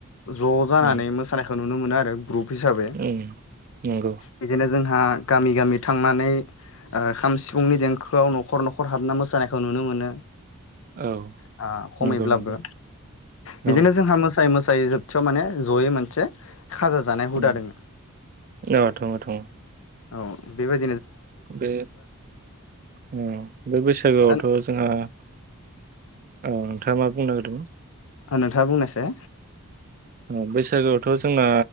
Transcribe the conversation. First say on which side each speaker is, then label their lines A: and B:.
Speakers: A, on the left (about 60°); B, on the right (about 40°).
A: ज' जानानै
B: उम
A: मोसानायखौ नु नुनो मोनो आरो ग्रुप हिसाबै
B: उम नंगौ
A: बिदिनो जोंहा गामि गामि थांनानै ओ खाम सिफुंनि देंखोआव न'खर न'खर हाबना मोसानायखौ नुनो मोनो।
B: औ
A: <inaudible> आ खमैब्लाबो
B: नंगौ नंगौ
A: बिदिनो
B: औ
A: जोंहा मोसायै मोसायै दायो जोबथियाव माने जयै मोनसे खाजा जानाय हुदा
B: उम
A: दङ।
B: औ दङ दङ
A: औ बेबाय
B: बे अ बे बैसागोआवथ'
A: दा
B: जोंहा औ नोंथाङा मा बुंनो नागिरदोंमोन
A: आ नोंथाङा बुंनायसै
B: अ बेस सागोआवथ' जोंना